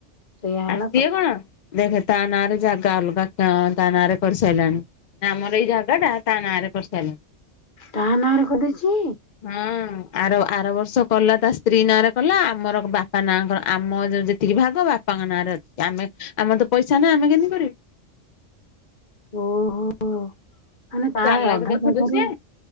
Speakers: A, on the left; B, on the left.
A: ସେଇଆ ହେଲା
B: ଆ ସିଏ
A: କଥା
B: କଣ ଦେଖ ତା ନା ଆରେ ଜାଗା ଅଲଗା ତା ନାଁ ରେ କରିସାରିଲାଣି। ଆମର ଏଇ ଜାଗା ଟା ତା ନାଁ ରେ କରିସାରିଲାଣି।
A: ତା ନାଁରେ କରିଦେଇଚି!
B: ହଁ ଆର ଆର ବର୍ଷ କଲା ତା ସ୍ତ୍ରୀ ନାରେ। କଲା। ଆମର ବାପା ନାଁ ଙ୍କର ଆମ ଯେତିକି ଭାଗ ବାପାଙ୍କ ନାଁରେ ଅଛି। ଆମେ ଆମର ତ ପଇସା ନାହିଁ ଆମେ କେମତି କରିବୁ।
A: ଓହୋ। ମାନେ ପ୍ରାୟ
B: ଚାଲାକ
A: ଅଧା
B: ଦେଖୁଛୁ
A: ଜାଗାରୁ
B: ସିଏ